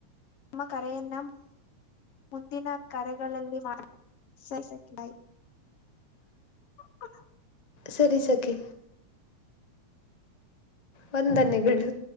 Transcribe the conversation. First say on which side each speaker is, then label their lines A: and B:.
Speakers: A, on the left; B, on the left.
A: ನಮ್ಮ ಕರೆಯನ್ನ ಮುಂದಿನ ಕರೆಗಳಲ್ಲಿ ಮಾತಾಡೋಣ ಸರಿ ಸರಿ ಬಾಯ್ ಹ
B: ಸರಿ ಸಖಿ ವಂದನೆಗಳು